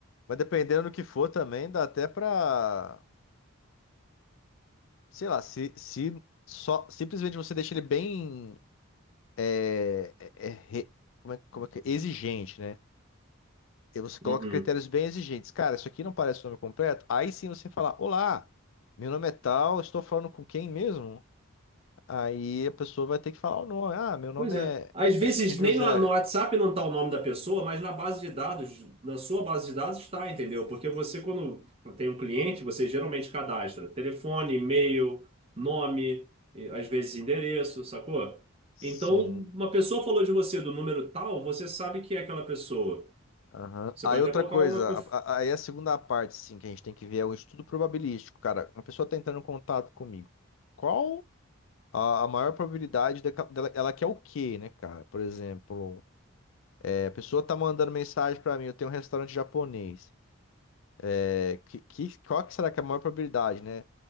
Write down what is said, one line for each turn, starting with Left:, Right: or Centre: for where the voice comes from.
Left: Mas dependendo do que for também, dá até pra. Sei lá, se, se só simplesmente você deixa ele bem. É, é, é, re- como é, como é que é? Exigente, né? E você coloca
Right: Uhum.
Left: critérios bem exigentes. Cara, isso aqui não parece o nome completo. Aí sim você fala: Olá, meu nome é tal, estou falando com quem mesmo? Aí a pessoa vai ter que falar o nome. Ah, meu nome
Right: Pois
Left: é,
Right: é. Às vezes
Left: é, é José.
Right: nem no, no WhatsApp não tá o nome da pessoa, mas na base de dados, na sua base de dados está, entendeu? Porque você, quando tem um cliente, você geralmente cadastra telefone, e-mail, nome, e às vezes endereço, sacou?
Left: Sim.
Right: Então, uma pessoa falou de você do número tal, você sabe que é aquela pessoa.
Left: Aham.
Right: Você
Left: Aí
Right: pode
Left: outra
Right: até colocar
Left: coisa,
Right: uma. conf-
Left: a- a- aí a segunda parte, sim, que a gente tem que ver é o estudo probabilístico, cara. Uma pessoa tá entrando em contato comigo. Qual a, a maior probabilidade deca- dela, ela quer o quê, né, cara? Por exemplo, é, a pessoa tá mandando mensagem pra mim, eu tenho um restaurante japonês. É, que, que- qual que será que é a maior probabilidade, né?